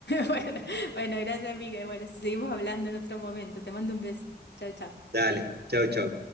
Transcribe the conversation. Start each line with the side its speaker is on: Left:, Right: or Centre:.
Left: bueno, bueno, gracias, amiga. Y bueno, seguimos hablando en otro momento. Te mando un beso. chau chau
Right: Dale, chau, chau.